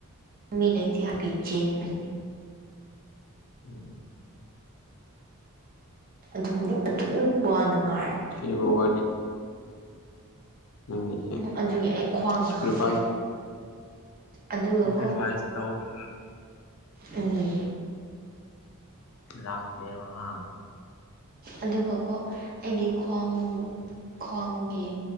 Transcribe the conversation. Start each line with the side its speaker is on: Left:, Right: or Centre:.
Right: ꯃꯤ ꯂꯩꯇꯦ ꯍꯥꯏꯕꯒꯤ ꯆꯦꯟꯕꯅꯤ
Left: ꯎꯝ
Right: ꯑꯗꯨꯝ ꯎ ꯑꯗꯨꯝ ꯋꯥꯅ ꯉꯥꯏꯔ
Left: ꯏꯕꯣ ꯋꯥꯔꯤ ꯅꯪꯒꯤꯁꯦ
Right: ꯎꯝ ꯑꯗꯨꯒꯤ ꯑꯩ ꯈ꯭ꯋꯥꯡ
Left: ꯁꯦꯀ꯭ꯔꯤꯐꯥꯏ
Right: ꯅꯥꯈ꯭ꯔꯦ ꯑꯗꯨꯒꯀꯣ
Left: ꯁꯦꯀ꯭ꯔꯤꯐꯥꯏꯁ ꯇꯧ <unintelligible>
Right: ꯎꯝ
Left: ꯂꯥꯛꯇꯦꯕ ꯍ
Right: ꯑꯗꯨꯒꯀꯣ ꯑꯩꯒꯤ ꯈ꯭ꯋꯥꯡ ꯈ꯭ꯋꯥꯡꯒꯤ